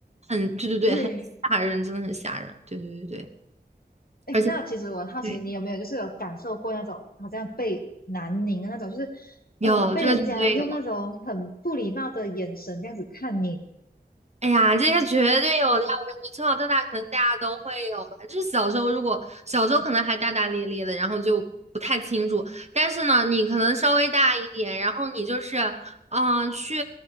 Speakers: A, on the right; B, on the left.
A: 很，对对对，
B: 对，
A: 很吓人，真的很吓人，对对对对，
B: 哎，
A: 而且
B: 那其实我很好奇，
A: 对，
B: 你有没有就是有感受过那种好像被南宁的那种，就是呃被人家用那种很不礼貌的眼神这样子看你，
A: 有这个绝对有。哎呀，这些绝对有的呀！我感觉从小到大，可能大家都会有吧。就是小时候，如果小时候可能还大大咧咧的，然后就不太清楚。但是呢，你可能稍微大一点，然后你就是，嗯、去，